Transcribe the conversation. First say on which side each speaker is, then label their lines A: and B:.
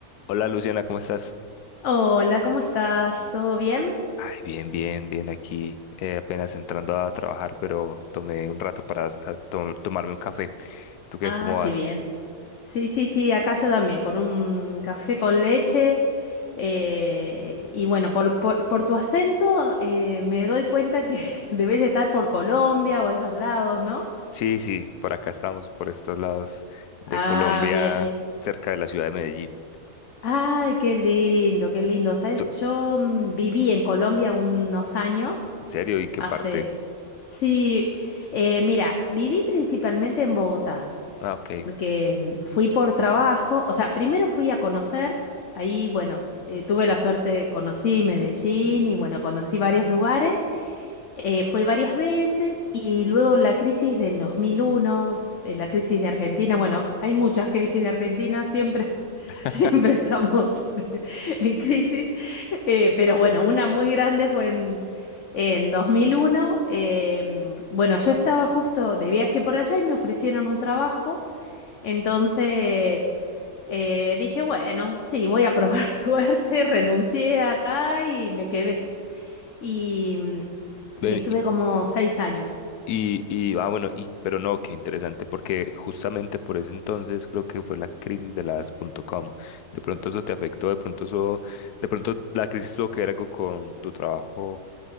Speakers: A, on the left (about 85°); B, on the left (about 55°).
A: Hola Luciana, ¿cómo estás?
B: Hola, ¿cómo estás? ¿Todo bien?
A: Ay, bien, bien, bien aquí, eh, apenas entrando a trabajar, pero tomé un rato para s- a tom- tomarme un café. ¿Tú qué?
B: Ah,
A: ¿Cómo vas?
B: qué bien. Sí, sí, sí, acá yo también, con un café con leche. eh, y bueno, por, por- por tu acento eh, me doy cuenta que <laughs> debes estar por Colombia o esos lados, ¿no?
A: Sí, sí, por acá estamos, por estos lados de
B: Ah,
A: Colombia,
B: bien, bien.
A: cerca de la ciudad de Medellín.
B: Ay, qué lindo, qué lindo. ¿Sabes?
A: ¿Tú-
B: Yo mm, viví en Colombia unos años,
A: ¿En serio? ¿Y en qué
B: hace...
A: parte?
B: Sí, eh, mira, viví principalmente en Bogotá.
A: Ah, ok.
B: porque mm, fui por trabajo, o sea, primero fui a conocer, ahí, bueno, eh, tuve la suerte, conocí Medellín y bueno, conocí varios lugares, eh, fui varias veces y luego la crisis del 2001, eh, la crisis de Argentina, bueno, hay muchas crisis de Argentina, siempre, <laughs>
A: <laughs>
B: siempre estamos <laughs> en crisis, eh, pero bueno, una muy grande fue en... En 2001, em, bueno, yo estaba justo de viaje por allá y me ofrecieron un trabajo entonces eh, dije, bueno, sí, voy a probar <laughs> suerte, renuncié acá y me quedé. Y, y
A: Ven,
B: estuve como seis años.
A: Y, y, ah, bueno, y, pero no, qué interesante, porque justamente por ese entonces creo que fue la crisis de las punto .com. De pronto eso te afectó, de pronto eso, de pronto la crisis tuvo que ver algo con tu trabajo.